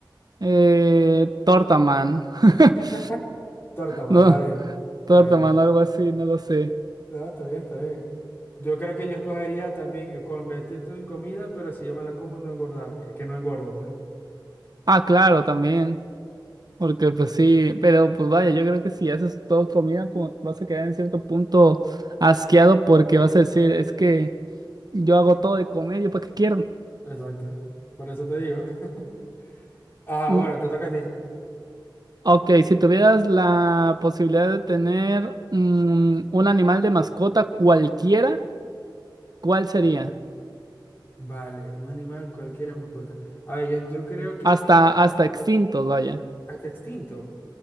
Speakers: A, on the right; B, on the left.
A: Eh, Tortaman. <laughs>
B: <laughs> Tórtama,
A: No,
B: está bien, está
A: Tortaman,
B: bien.
A: algo así, no lo sé.
B: No, está bien, está bien. Yo creo que yo escogería también eh, convertirte en comida, pero si yo me la como, no engordar, eh, que no engorde, pues.
A: Ah, claro, también. Porque pues sí, pero pues vaya, yo creo que si haces todo comida, como vas a quedar en cierto punto asqueado porque vas a decir, es que yo hago todo de comer, ¿yo para qué quiero?
B: Exacto. Por eso te digo. <laughs> Ah,
A: Mm,
B: bueno, te toca a ti.
A: ok, si tuvieras la posibilidad de tener mm, un animal de mascota cualquiera, ¿cuál sería?
B: Vale, un animal, cualquiera mascota. A ver, yo, yo creo que
A: Hasta, hasta extintos, vaya.
B: hasta extinto.